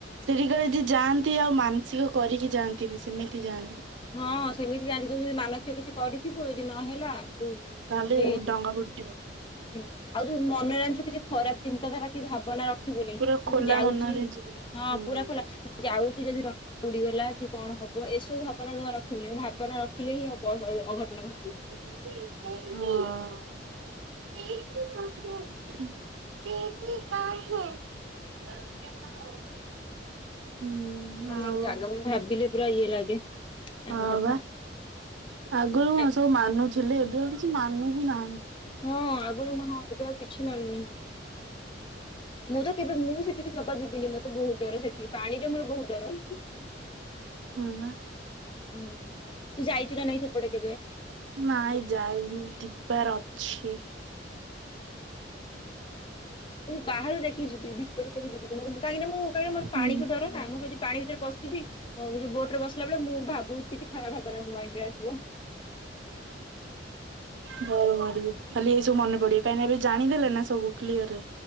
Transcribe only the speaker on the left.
ହଁ ହଁ ସେମିତି ଯାଆନ୍ତି ଯଦି ମାନସିକ କିଛି କରିଥିବୁ ଯଦି ନହେଲା ହୁ ନେଇେ
ଯୋ
<unintelligible>
ହୁଁ ଆଉ ଯୋଉ ମନେରେଣିଛୁ କିଛି ଖରାପ ଚିନ୍ତାଧାରା କି ଭାବନା ର ଦେଖିବୁନି
କି
ମୁଁ ଯାଉଛି
ହଁ
ପୁରା ଖୋଲା ଯାଉଛି ଯଦି ଡଙ୍ଗା ବୁଡିଗଲା କି କଣ ହବ ଏସବୁ ଭାବ ଭାବନା ଜମା ରଖିବୁନି ଭାବନା ରଖିଲେ ହିଁ ଅ ଅଘଟଣ ଘଟିବ।
ମାନେ
ଜାଗା ଭିଲି ପୁରା ଇଏ ଲାଗେ ତାଙ୍କ
କଥା
ଆ
ହଁ ଆଗରୁ ମୁଁ ଏବେ ଆଉ କିଛି ମାନୁନାହାନ୍ତି। ମୁଁ ତ କେବେ ମୁଁ ସେଠିକି ଯବା ଯିବିନି ମତେ ବହୁତ ଡର ସେଠି ପାଣିରେ ମୋର ବହୁତ ଡର। <inaudible>
ହୁଁ ତୁ ଯାଇଛୁ ନା ନାଇଁ ସେପଟେ କେବେ?
ବର ଅଛ। ମୁଁ ବାହାରୁ ଦେଖିଚି ଭିତରୁ <unintelligible>
ପାଣିକୁ ଡର ନା ମୁଁ ଯଦି ପାଣି ଭିତରେ ପଶିବିଉ ବୋଟ ରେ ବସିଲା ବେଳେ ମୁଁ ଭାବୁଛି <unintelligible> ଭାବଗୁରା ମାଇଣ୍ଡ କୁ ଆସିବ।